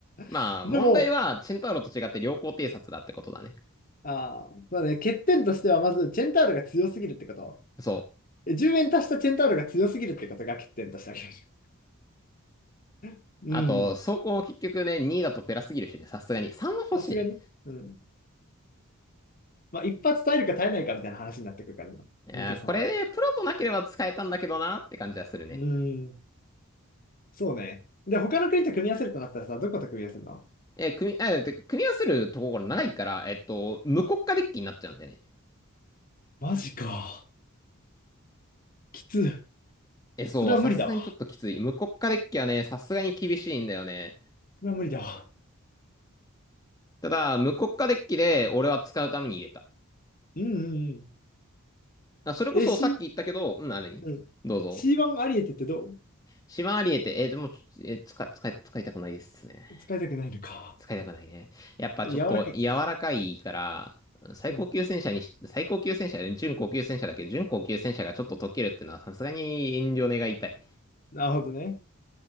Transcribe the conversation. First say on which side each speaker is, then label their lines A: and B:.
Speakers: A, on the left; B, on the left.
A: まあ、
B: <laughs> でも、
A: 問題は、チェンタウロと違って良好偵察だってことだね。
B: ああ、そうね、欠点としては、まず、チェンタールが強すぎるってこと。
A: そう。
B: え10円足したチェンタールが強すぎるってことが欠点としてありましょう。<laughs>
A: あと、
B: うん、
A: 走行も結局ね、2だとペラすぎるしね、さすがに。3は欲しいね。
B: さすがに。うん。まあ、一発耐えるか耐えないかみたいな話になってくるからな。
A: いやーこれね、
B: ニトさんと。
A: プロとなければ使えたんだけどなって感じはするね。
B: うん、そうね。で、他の国と組み合わせるとなったらさ、どこと組み合わせるの
A: えー組み、あ、てか組み合わせるところが長いから、えっと、無国家デッキになっちゃうんだよね。
B: あ、マジか。きつい。
A: え、そう、
B: それは無理だわ。
A: さすがにちょっときつい。無国家デッキはね、さすがに厳しいんだよね。
B: それは無理だわ。
A: ただ、無国家デッキで俺は使うために入れた。
B: うんうんうん。
A: あ、それこそさっき言ったけど、
B: え、C、
A: うん、あ、何どうぞ。
B: うん。C1 アリエテってど
A: シマアリエて、え、でもちょ、え、使、使い、使いたくないですね。
B: う使いたくないのか。
A: 使いたくないね。やっぱちょっと柔らかいから、
B: 柔らかい。
A: 最高級戦車にし、
B: うん。
A: 最高級戦車で、準高級戦車だけど、準高級戦車がちょっと溶けるってのはさすがに遠慮願いたい。
B: なるほどね。